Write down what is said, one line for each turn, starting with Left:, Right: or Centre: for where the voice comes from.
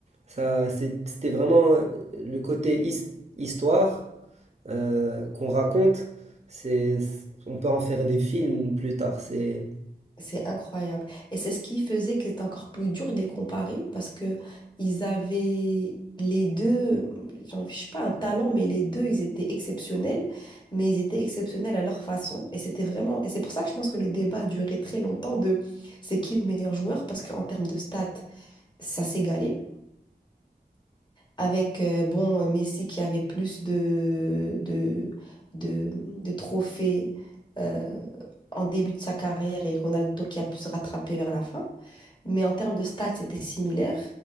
Right: Ça, c'est- c'était vraiment euh, le côté his- histoire euh, qu'on raconte. C'est, on peut en faire des films plus tard. C'est,
Left: C'est incroyable. Et c'est ce qui faisait que c'était encore plus dur de les comparer parce que ils avaient les deux, j'en- je sais pas, un talent, mais les deux, ils étaient exceptionnels, mais ils étaient exceptionnels à leur façon. Et c'était vraiment, et c'est pour ça que je pense que le débat a duré très longtemps de c'est qui le meilleur joueur parce qu'en termes de stats, ça s'égalait. Avec euh, bon euh, Messi qui avait plus de, de, de, de trophées euh, en début de sa carrière et Ronaldo qui a pu se rattraper vers la fin. Mais en termes de stats, c'était similaire.